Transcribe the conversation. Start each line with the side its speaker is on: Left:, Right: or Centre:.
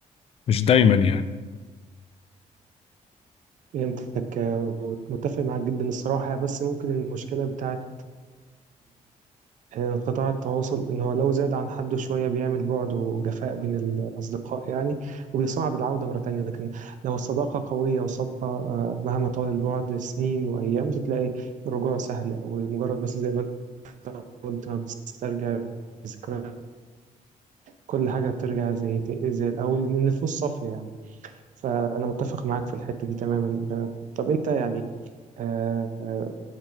Left: مش دايما يعني
Right: فهمتك آه، ومتفق معاك جدا الصراحة بس ممكن المشكلة بتاعت آه، قطاع التواصل إن هو لو زاد عن حده شوية بيعمل بعد وجفاء بين الأصدقاء يعني وبيصعب العودة مرة تانية لكن لو الصداقة قوية وصادقة آه، مهما طال البعد سنين وأيام بتلاقي الرجوع سهل ومجرد بس زي ما أنت قلت ما بتسترجع الذكريات كل حاجة بترجع زي زي الأول لأن النفوس صافية يعني فأنا متفق معاك في الحتة دي تماما آه، طب أنت يعني آه، آه،